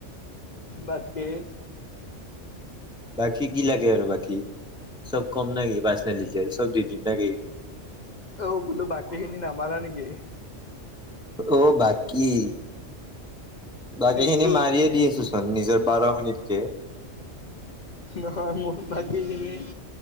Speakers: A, on the left; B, in the centre.
A: বাত কৰে,
B: বাকী কি লাগে আৰু বাকী চব কম নেকি গি বাচ ন লজে চব দিদি ন গি <unintelligible>
A: অ' বোলো বাকী খিনি নামাৰা নেকি?
B: অ' বাকী কি বাকী
A: সেইটোত
B: খিনি মাৰিয়ে দি আছো চোন নিজৰ বাৰ শিনিিতকে
A: নহয়, মোৰ বাকীখিনি,